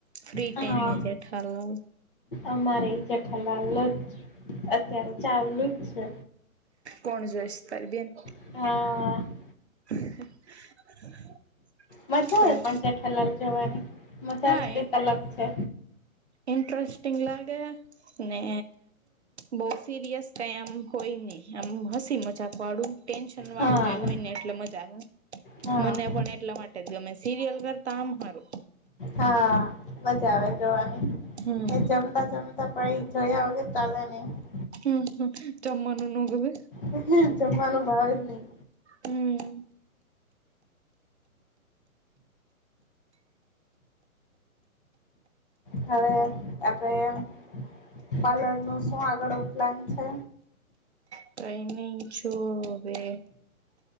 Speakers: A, on the right (about 50°); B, on the left (about 40°).
A: ફ્રી
B: હા
A: ટાઈમે જેઠાલાલ
B: અમારે ય જેઠા લાલ જ અત્યારે ચાલુ જ છે
A: કોણ જાયસ તારી બેન
B: હા આ અ
A: <inaudible>
B: મજા
A: થોડ
B: આવે પણ જેઠાલાલ જોવાની મજા
A: હા
B: જ
A: એ
B: કાંઈક અલગ છે
A: ઇન્ટરેસ્ટિંગ લાગે ને બોવ સિરિયસ કાંઈ આમ કોઈ નય આમ હસી મજાક વાડું ટેન્શન વાળું
B: હા
A: કાય હોય નય એટલે મજા આવે
B: હા
A: મને પણ એટલા માટે જ ગમે સિરિયલ કરતા આમ સારૂ
B: હા મજા આવે જોવાની
A: હમ
B: હે જમી તા ચમતા પાળી ચળયા વગર ચાાલે નહી
A: હુ હુ જમવાનું ન ગમે
B: હા હુ જમવાનું ભાવે જ નહી
A: હુ અ
B: હવે આપડે પાલર નું શું આગળ ઓફ પલાન છે
A: ટાઈમિંન છો વે